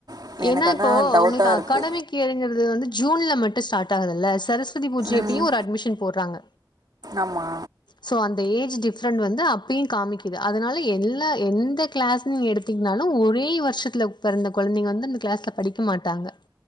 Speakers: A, on the right; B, on the left.
A: இப்ப
B: ஏன்னா
A: எனக்கு அதா
B: இப்போ
A: டவுட்டா
B: உங்களுக்கு
A: இருக்கு
B: அகாடமிக் இயர்ங்கிறது வந்து ஜூன்ல மட்டும் ஸ்டார்ட் ஆகுதல்ல சரஸ்வதி பூஜை யப்பயும்
A: ம்
B: ஒரு அட்மிஷன் போடுறாங்க,
A: ஆமா
B: சோ அந்த ஏஜ் டிஃப் டிப்ரண்ட் வந்து அப்பயும் காமிக்குது அதனால எல்லா எந்த கிளாஸ்னு எடுத்திங்கனாலும் ஒரே வருஷத்துல பிறந்த குழந்தைங்க வந்து அந்த கிளாஸ்ல படிக்க மாட்டாங்க.